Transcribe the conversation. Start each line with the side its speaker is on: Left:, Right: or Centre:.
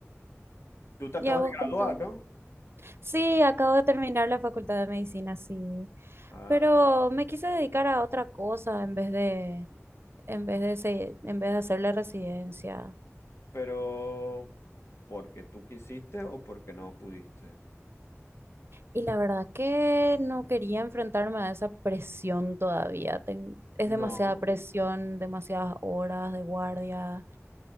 Left: Tú te acabas
Right: ¿Y a vos
Left: de graduar,
Right: cómo te va?
Left: ¿no?
Right: Sí, acabo de terminar la facultad de medicina, sí.
Left: Ah,
Right: Pero me quise dedicar a otra cosa en vez de, en vez de, se- en vez de hacer la residencia.
Left: pero ¿porque tú quisiste o porque no pudiste?
Right: Y la verdad que no quería enfrentarme a esa presión todavía. Ten- es
Left: No.
Right: demasiada presión, demasiadas horas de guardia.